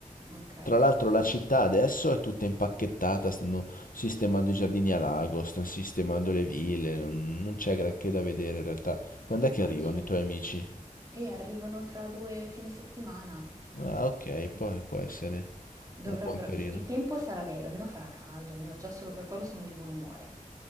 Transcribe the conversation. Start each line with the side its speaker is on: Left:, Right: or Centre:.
Right: ok.
Left: Tra l'altro la città adesso è tutta impacchettata, stanno sistemando i giardini a lago, stanno sistemando le ville, non non c'è granché da vedere in realtà. Quando è che
Right: Accidenti.
Left: arrivano i tuoi amici?
Right: E arrivano tra due fine settimana.
Left: Ah, ok, può, può essere
Right: Dovrebbero
Left: un buon periodo.
Right: il il tempo sarà bello, almeno farà caldo, almeno già solo per quello sono di buon umore.